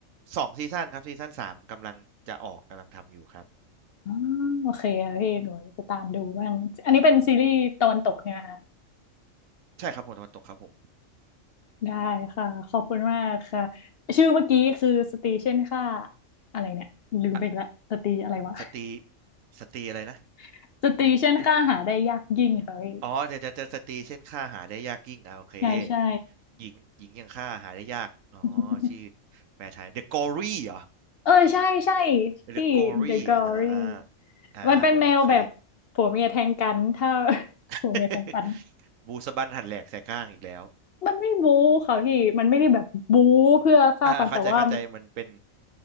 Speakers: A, on the right; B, on the left.
A: สองซีซั่นครับซีซั่นสามกำลังจะออกกำลังทำอยู่ครับ
B: อ๋อโอเคค่ะพี่หนูจะตามดูบ้างอันนี้เป็นซีรีส์ตะวันตกเนี่ยนะคะ
A: ใช่ครับผมตะวันตกครับผม
B: ได้ค่ะขอบคุณมากค่ะชื่อเมื่อกี้คือสตรีเช่นค่าอะไรเนี่ยลืมไปอีกละสตรีอะไรวะ
A: อ่ะสตรีสตรีอะไรนะ
B: <laughs> สตรีเช่นค่าหาได้ยากยิ่งค่ะพี่
A: อ๋อจะจะจะสตรีเช่นฆ่าหาได้ยากยิ่งอ่าโอเค
B: ใช่ใช่
A: หญิงหญิงอย่างฆ่าหาได้ยากอ๋อชื่อ
B: <laughs>
A: แปลไทย The g o r y เหรอ
B: เออใช่ใช่
A: The
B: ที่
A: g o r y
B: The Glory
A: อ่ะฮะอ่าอ่าโอเค
B: มันเป็นแนวแบบผัวเมียแทงกันถ้า <laughs>
A: <laughs>
B: ผัวเมียแทงกัน
A: บูสบันหันแหลกใส่ข้างอีกแล้ว
B: มันไม่บู๊ค่ะพี่มันไม่ได้แบบบู๊เพื่อฆ่าฟันแต่ว่า
A: อ่าเข้าใจเข้าใจมันเป็น